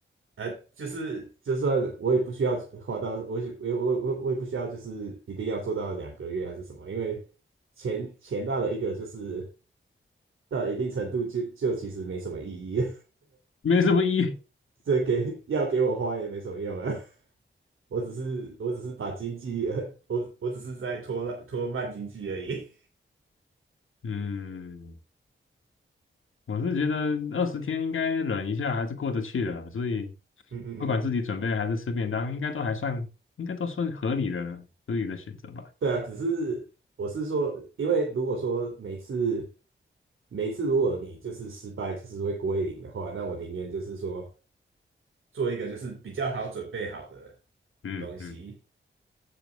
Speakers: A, on the right (about 80°); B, on the left (about 85°).
A: 呃，就是就算我也不需要花到，我也我也我也我也我也不需要，就是一定要做到两个月还是什么，因为钱钱到了一个就是到了一定程度就就其实没什么意义，
B: 没什么意义。
A: <laughs> 这给要给我花也没什么用啊，<laughs> 我只是我只是把经济，<laughs> 我我只是在拖拉拖慢经济而已，
B: 嗯，我是觉得二十天应该忍一下还是过得去的啦，所以
A: <laughs> 嗯嗯嗯
B: 不管自己准备还是吃便当，应该都还算，应该都算合理的合理的选择吧。
A: 对啊，只是我是说，因为如果说每次每次如果你就是失败，就是会归零的话，那我宁愿就是说，做一个就是比较好准备好的
B: 嗯嗯
A: 东西。